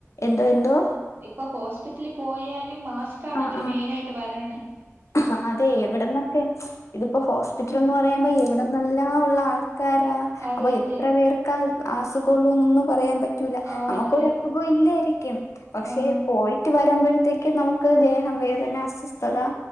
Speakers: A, on the left; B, on the right.
A: എന്താ എന്തോ
B: ഇപ്പൊ ഹോസ്പിറ്റലി പോയാലും മാസ്ക്കാണ്
A: ആഹ്
B: അവര് മെയിനായിട്ട് പറയണെ
A: ആഹ് അതെ എവിട്ന്നൊക്കെ ഇതിപ്പം ഹോസ്പിറ്റല്ന്ന് പറയുമ്പോ എവിട്ന്നെല്ലാ ഉള്ള ആൾക്കാരാ
B: അതെ
A: അപ്പം എത്ര
B: അതെ
A: പേർ ക്കാ അസുഖള്ളോന്നൊന്നും പറയാൻ പറ്റൂല്ല
B: ആഹ്
A: അമ്മക്കൊരു
B: അതെ
A: അസുഖോം ഇല്ല്യേരിക്കും പക്ഷേ
B: ആഹ്
A: പോയിട്ട് വരുമ്പഴ്ത്തേക്ക് നമുക്ക് ദേഹം വേദന അസ്വസ്ഥത